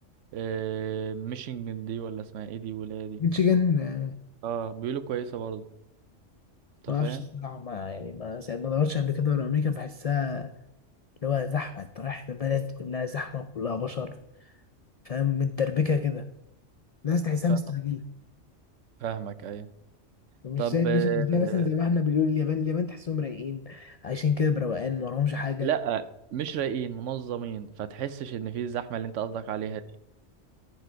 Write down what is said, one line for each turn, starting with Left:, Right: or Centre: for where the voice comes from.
Right: آه، ميشيغان دي ولا اسمها ايه دي ولا إيه دي
Left: ميتشيجان آه،
Right: اه بيقولوا كويسه برضه
Left: ما
Right: انت
Left: اعرفش
Right: فاهم
Left: الصراحة ما يعني ما سا- ما دورتش قبل كده ورا أمريكا بحسها اللي هو زحمة أنت رايح بلد كلها زحمة وكلها بشر فاهم متدربكة كده الناس تحسها
Right: فاهم-
Left: مستعجلة
Right: فاهمك ايوه
Left: مش
Right: طب
Left: زي الناس
Right: آه،
Left: اللي مثلا زي ما احنا بنقول اليابان اليابان تحسهم رايقين عايشين كده بروقان ما وراهمش حاجة
Right: لا مش رايقين منظمين فتحسش ان في الزحمه اللي انت قصدك عليها دي